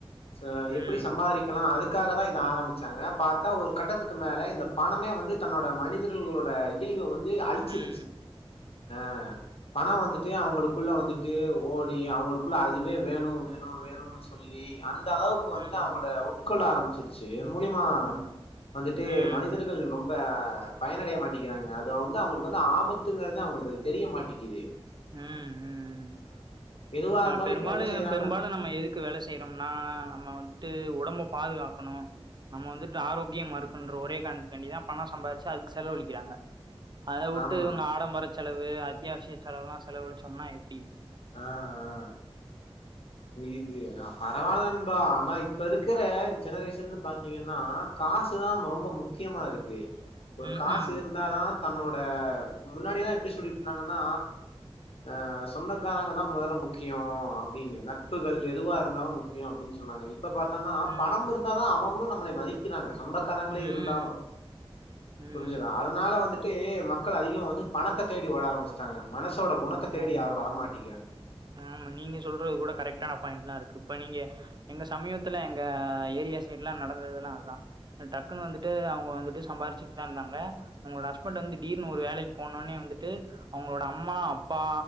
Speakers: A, on the left; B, on the right.
A: ச எப்புடி
B: ம்
A: சம்பாரிக்கலா அது க்காகதா இத ஆரம்பிச்சாங்க பாத்தா ஒரு கட்டத்துக்கு மேல இந்த பணமே வந்து தன்னோட மனிதர்களோட இயல்ப வந் து அழிச்சிருச்சு
B: ம்
A: அ பண வந்துட்டு அவுங்களுக்குள்ள வந்துட்டு ஓடி அவுங்களுக்குள்ள அதுவே வேணு வேணு வேணுனு சொல்லி அந் த அளவுக்கு வந்துட்டு
B: ம்
A: அவுங்கள‌ உட்கொள்ள ஆரம் பிச்சுருச்சு மூலியமா
B: ம் ம்
A: வந்துட்டு
B: ம்
A: மனிதர்கள் ரொம்ப பயனடைய மாட்டிக்கிறாங்க அது வந்து அவுங்ளுக்கு வந்து ஆபத் துங்குறது அவுங்களுக்கு அது தெரிய மாட்டெக்கிது
B: ம்‌ ம்
A: எதுவா
B: நம்ம
A: இருந்தாலு
B: பெரும்பாலு
A: இப்ப என்ன செய்யறாங்க
B: பெரும்பாலு நம்ம எதுக்கு வேல செய்றோம்னா நம்ம வந்துட்டு ஒடம்ப பாதுகாக்கனு நம்ம வந்துட்டு ஆரோக்கியமா இருக்கனுன்ற ஒரே காரணத்துக்கான்டிதா பண‌ சம்பாரிச்சு அதுக்கு செலவழிக்கிறாங்க அத வுட்டு
A: ஆமா
B: இவுங்க ஆடம்பரச் செலவு அத்தியாவசிய செலவுலா செலவளுச்சோம்னா எப்
A: ஆ ஆ இது பரவால்ல நண்பா ஆனா இப்ப இருக்குற ஜெனரேஷன் பாத்தீங்கன்னா காசுதா ரொம்ப முக்கியமா இருக்கு ஒரு
B: ம்
A: காசு
B: ம்
A: இருந்தாதா தன்னோட முன்னாடிதா எப்டி சொல்லிட்டு இருந்தாங்கன்னா அ சொந்தக் சொந்தக்காரங்கதா மொதல்ல முக்கியோ அப்டின்னு நட்புகள் எதுவா இருந்தாலு முக்கியோ அப்டின் சொன்னாங்க எய் இப்ப பாத்தன்னா
B: ம்
A: பணம் இருந்தாதா அவங் கூட நம்மளைய மதிக்கிறாங்க சொந்தக்காரங்களே
B: ம்
A: இருந்தாலு
B: ம்
A: புருஞ்சுதா அதனால வந்துட் டு மக்கள் அதிகமா வந்து பணத்த தேடி ஓட ஆரம்பிச்சிட்டாங்க மனசோட குணத்த
B: ஆமாமா
A: தேடி யாரு வர மாட்
B: ஆமா நீங்க சொல்றது கூட கரெக்டா <unintelligible> பாயிண்ட்லா இருக்கு இப்ப நீங்க எங்க சமீத்துல எங்க ஏரியா சைடு எல்லா நடந்ததெல்லா அதா டக்குனு வந்துட்டு அவங்க வந்துட்டு சம்பாருச்சுட்டுதா இருந்தாங்க அவங்களோட ஹஸ்பண்ட்டு வந்து திடீர்னு ஒரு வேலைக்கு போனோனே வந்துட்டு அவங்களோட அம்மா அப்பா